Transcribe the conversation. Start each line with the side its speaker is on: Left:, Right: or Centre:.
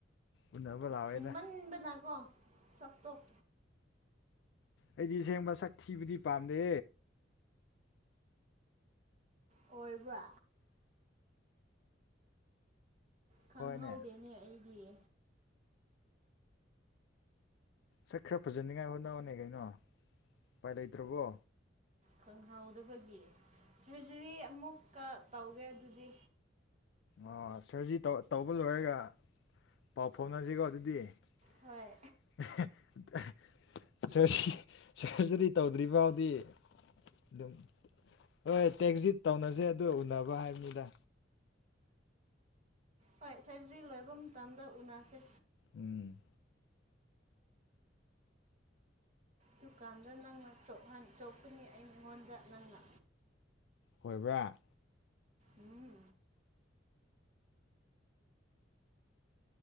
Left: ꯎꯅꯕ ꯂꯥꯛꯑꯣꯏꯗ
Right: ꯍꯃꯟꯕꯅꯀꯣ ꯁꯥꯛ ꯇꯣꯛ
Left: ꯑꯩꯗꯤꯁꯦꯡꯕ ꯁꯛ ꯊꯤꯕꯗꯤ ꯄꯥꯝꯗꯦ
Right: ꯑꯣꯏꯣꯏꯕ ꯈꯪꯍꯧꯗꯦꯅꯦ
Left: ꯍꯣꯏꯅꯦ
Right: ꯑꯩꯒꯤ
Left: ꯁꯠ ꯈꯔ ꯐꯖꯅꯤꯉꯥꯏ ꯍꯣꯠꯅꯅꯕꯅꯦ ꯀꯩꯅꯣ ꯎꯄꯥꯏ ꯂꯩꯇ꯭ꯔꯕꯣ
Right: ꯈꯪꯍꯧꯗꯕꯒꯤ ꯁꯔꯖꯔꯤ ꯑꯃꯨꯛꯀ ꯇꯧꯒꯦ ꯑꯗꯨꯗꯤ
Left: ꯑꯣ ꯁꯔꯖꯤ ꯇꯧꯕ ꯂꯣꯏꯔꯒ ꯄꯥꯎ ꯐꯥꯎꯅꯁꯤꯀꯣ ꯑꯗꯨꯗꯤ <unintelligible>
Right: ꯍꯣꯏ
Left: ꯁꯔꯖꯔꯤ ꯇꯧꯗ꯭ꯔꯤ ꯐꯥꯎꯗꯤ ꯑꯗꯨꯝ ꯍꯣꯏ ꯇꯦꯛꯖꯤꯠ ꯇꯧꯅꯁꯦ ꯑꯗꯨ ꯎꯅꯕ ꯍꯥꯏꯕꯅꯤꯗ
Right: ꯍꯣꯏ ꯁꯔꯖꯔꯤ ꯂꯣꯏꯕ ꯃꯇꯝꯗ ꯎꯅꯁꯦ
Left: ꯎꯝ
Right: ꯗꯨꯀꯥꯟꯗ ꯅꯪꯅ ꯆꯣꯀꯅꯤ ꯑꯩ ꯃꯉꯣꯟꯗ ꯅꯪꯅ
Left: ꯑꯣꯏꯣꯏꯕ꯭ꯔꯥ
Right: ꯎꯝ